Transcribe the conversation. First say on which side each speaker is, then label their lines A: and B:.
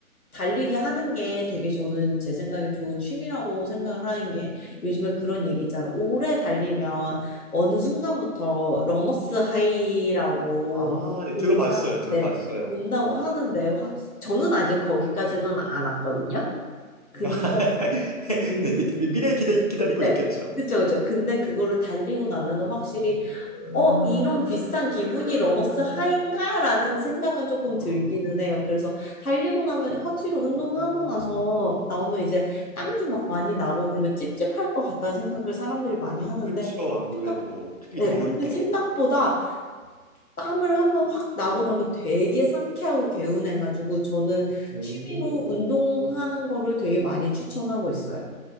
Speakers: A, on the left; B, on the left.
A: 달리기 하는 게 되게 저는 제 생각에 좋은 취미라고 생각을 하는 게 요즘에 그런 얘기 있잖아요. 오래 달리면 어느 순간부터 러너스 하이라고
B: 아, 네,
A: 온다,
B: 들어봤어요. 들어봤어요.
A: 네, 온다고 하는데 확 저는 아직 거기까지는 안 왔거든요. 근데
B: <laughs>
A: 그,
B: 네, 네, 미래에 기대, 기다리고
A: 네.
B: 있겠죠.
A: 그쵸, 그쵸. 근데 그거를 달리고 나면은 확실히, 어, 이런 비슷한 기분이 러너스 하인가? 라는 생각은 조금
B: 아,
A: 들기는 해요. 그래서 달리고 나면 확실히 운동하고 나서 나오면 이제 땀도 막 많이 나고 그러면 찝찝할 것 같다는 생각을 사람들이 많이 하는데,
B: 그렇죠. 아무래도
A: 생각,
B: 특히
A: 네.
B: 더울
A: 근데
B: 때.
A: 생각보다 땀을 한번 확 나고 나면 되게 상쾌하고 개운해가지고 저는
B: 오.
A: 취미로 운동하는 거를 되게 많이 추천하고 있어요.